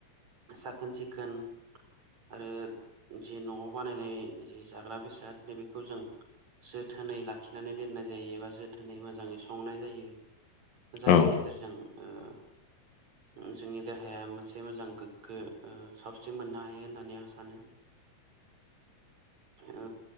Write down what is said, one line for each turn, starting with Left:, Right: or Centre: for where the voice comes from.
Right: साखोन सिखोन आरो जि न'आव बानायनाय जि जाग्रा बेसाद नै बेखौ जों जोथोनै लाखिनानै दोननाय जायो एबा जोथोनै मोजाङै सं संनाय जायो जायनि
Left: औ
Right: गेजेरजों ओ
Left: <inaudible>
Right: ओम जोंनि देहाया मोनसे मोजां गोग्गो सावस्रि मोननो हायो होननानै आं सानो।
Left: <inaudible>
Right: ओ